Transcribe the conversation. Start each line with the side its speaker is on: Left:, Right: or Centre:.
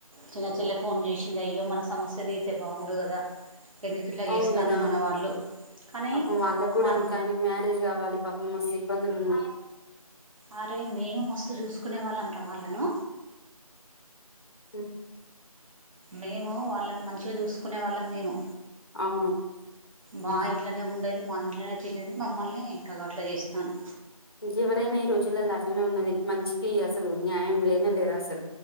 Right: చిన్నచెల్లి ఫోన్ చేసింది అయ్యో మన సమస్య తీరితే బాగుండు కదా ఎందుకు ఇట్లా
Left: అవును
Right: చేస్తాన్రు
Left: కదా
Right: మన వాళ్ళు కానీ
Left: పాపం వాళ్ళకి కూడా
Right: మన
Left: ఇంకా ఆయనకు మ్యారేజ్ కావాలి పాపం మస్త్ ఇబ్బందులో ఉన్నాము
Right: అరే మేము మస్తు చూసుకునే వాళ్ళం రా వాళ్ళను
Left: హమ్
Right: మేము వాళ్ళని మంచిగా చూసుకునే వాళ్ళం మేము
Left: అవును ఉమ్.
Right: బాయ్ ఇంట్లనే ఉండేది మా ఇంట్లోనే తినేది మమ్మల్నే ఇగ గట్ల చేస్తాన్రు
Left: ఎవరైనా ఈ రోజుల అట్నే ఉన్నది మంచికి అసలు న్యాయం లేనే లేదు అసలు